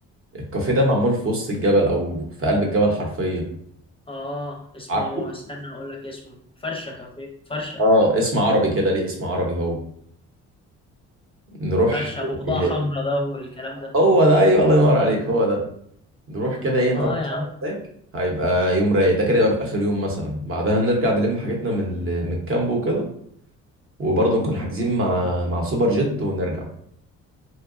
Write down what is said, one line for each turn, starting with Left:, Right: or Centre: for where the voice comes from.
Right: الكافيه ده معمول في وسط الجبل او في قلب الجبل حرفيا
Left: اه اسمه
Right: عارفه
Left: استنى اقول لك اسمه فرشة كافيه فرشة
Right: اه اسم عربي كده ليه اسم عربي هو نروح
Left: فرشة بقضاء
Right: آه،
Left: حمراء ده والكلام ده
Right: هو ده ايوه الله ينور عليك هو ده نروح كده ايه نقضي
Left: اه يا
Right: سهرة
Left: عم
Right: هناك هيبقى يوم رايق ده كده يبقى في اخر يوم مثلا بعدها نرجع نلم حاجتنا من ال... من الكامب وكده وبرضه نكون حاجزين مع مع سوبر جيت ونرجع